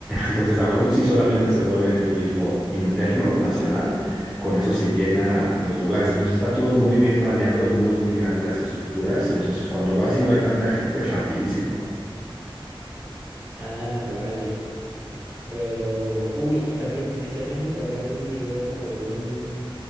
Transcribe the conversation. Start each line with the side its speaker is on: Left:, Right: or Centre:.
Centre: Entonces, aún si solamente se mueven en turismo interno, nacional, con eso se llenan los lugares. Entonces, está todo muy bien planeado y muy, muy grande las estructuras. Entonces, cuando vas y no hay tanta gente, es rapidísimo.
Right: Ah, vale. Pero, uy, y también me salió en internet un video como de un,